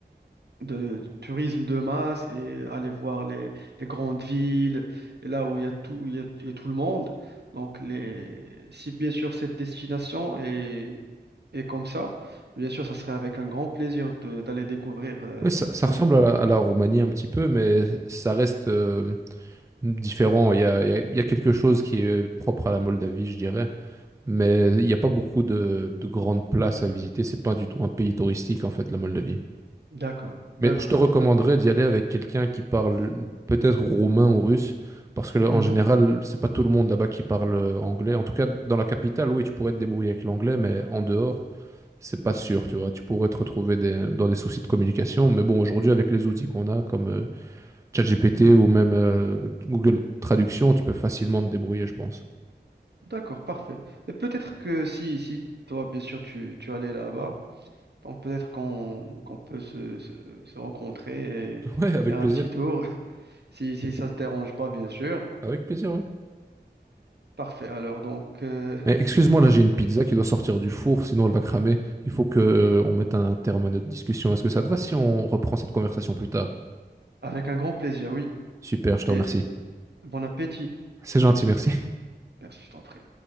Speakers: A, on the right; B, on the right.
A: de tourisme de masse et aller voir les, les grandes villes, et là où il y a tout, il y a, il y a tout le monde. Donc, les, si bien sûr cette destination est, est comme ça, bien sûr, ça serait avec un grand plaisir de- d'aller découvrir euh,
B: Oui, ça, ça
A: ton...
B: ressemble à la, à la Roumanie un petit peu, mais ça reste, euh, différent. Il y a, il y a- il y a quelque chose qui est propre à la Moldavie, je dirais, mais il n'y a pas beaucoup de, de grandes places à visiter. C'est pas du tout un pays touristique, en fait, la Moldavie.
A: D'accord, d'accord.
B: Mais je te recommanderais d'y aller avec quelqu'un qui parle peut-être roumain ou russe, parce que là,
A: Mhm,
B: en général, c'est pas tout le monde là-bas qui parle euh, anglais. En tout cas, dans la capitale, oui, tu pourrais te débrouiller avec l'anglais, mais en dehors, c'est pas sûr, tu vois. Tu pourrais te retrouver des- dans des soucis de communication, mais bon, aujourd'hui, avec les outils qu'on a, comme euh, ChatGPT ou même euh, Google Traduction, tu peux facilement te débrouiller, je pense.
A: d'accord, parfait. Et peut-être que si, si toi, bien sûr, tu, tu allais là-bas, donc peut-être qu'on qu'on peut se, se se rencontrer et
B: <laughs> Ouais, avec
A: faire un
B: plaisir.
A: petit tour, <laughs> si, si ça ne te dérange pas, bien sûr.
B: Avec plaisir, ouais.
A: Parfait. Alors, donc, euh,
B: Mais excuse-moi, là j'ai une pizza qui doit sortir du four, sinon elle va cramer. Il faut que euh, on mette un terme à notre discussion. Est-ce que ça te va si on reprend cette conversation plus tard?
A: avec un grand plaisir, oui.
B: Super, je te
A: Et
B: remercie.
A: bon appétit.
B: C'est gentil, merci.
A: Merci, je t'en prie.